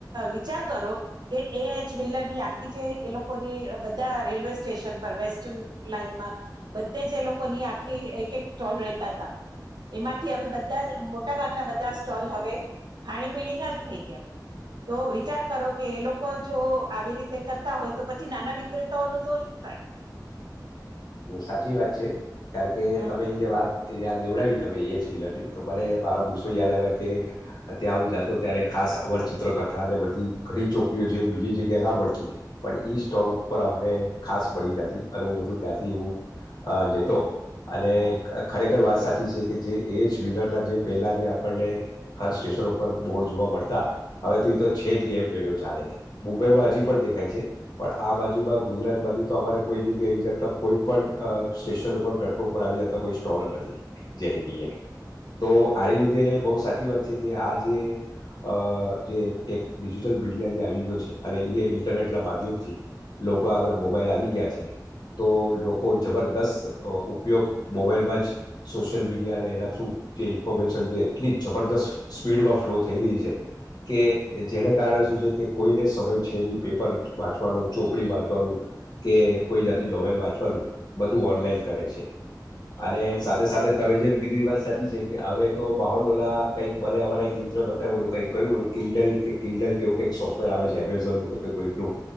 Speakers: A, on the right; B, on the left.
A: વિચાર કરો કે એ એચ વ્હીલરની આખી જે એ લોકોની બધા રેલવે સ્ટેશન પર વેસ્ટન લાઈનમાં બધે જ એ લોકોની આખી એક એક સ્ટોલ રેતા હતા એમાંથી હવે બધા મોટા ભાગના બધા સ્ટોલ હવે ખાણી પીણી ના જ થઈ ગયા છે તો વિચાર કરો કે એ લોકો જો આવી રીતે કરતા હોય તો પછી નાના વિક્રેતાઓનું તો થાય
B: સાચી વાત છે હ કર કે
A: હમ
B: તમે જે વાત એ યાદ દેવડાવી તમે એ એસ વ્હીલરની તો મને મારા દિવસો યાદ આવ કે ત્યાં હું જાતો ત્યારે ખાસ અવરચિત્રકથા અને બધી ઘણી ચોપડીઓ જે બીજી જગ્યાએ ના મળતી પણ સ્ટોલ ઉપર અમને ખાસ બળી જતી અને હ બધું ત્યાંથી એું લેતો અને
A: હમ
B: ખરેખર વાત સાચી છે કે જે એ જ વ્હીલરના જે પહેલા જે આપણને હર સ્ટેશન ઉપર બોર્ડ જોવા મળતા હવે તો એ તો છે જ નહી એમ ક ચાલે મુંબઈમાં હજી પણ દેખ ાય છે પણ આ બાજુમાં ગુજરાત બાજુ તો અમારે કોઈ જગ્યાએ આવી જતા કોઈ પણ સ્ટેશન ઉપ પ્લેટફોર્મ ઉપર આવી જતા કોઈ સ્ટોલ જ નથી જેલે કીએ
A: હમ
B: તો આ લીધે બહુ સાચી વાત આ એક ડિજિટલ મીડિયા જે આવી ગયો છે અને ઇરનેટલા બાધુથી લોકો
A: હમ
B: આગળ મોબાાઈલ આવી ગયા છે તો લોકો જબરદસ્ત ઉપયોગ મોબાઈલમાં જ સોશિયલ મીડિયા અને એના થ્રુ જે ઈન્ફોર્મેશન જે એટલી જબરદસ્ત સ્પીડમાં ફ્લો થઈ રહી છે કે જેને કારણે શું છે કે કોઈને સમય છેલ્લી પેપર વાંચવાનું ચોપડી વાંચવાનું કે કોઈ જાતિ નોવેલ વાંચવાનું બધું ઓનલાઈન કરે છે અને
A: હમ
B: સાથે સાથે તમે જેમ કીધું એ વાત સાચી છે કે હવે તો માહોલલા કઈક ભલે અમારા એક મિત્રો એ બતાવ્યું ઓલું કઈક ક્યુંું ઓું કિડલ કે કિન્ડલ કેવું કઈ સોફવેર આવે છે એમેઝોનનું કોઈ લો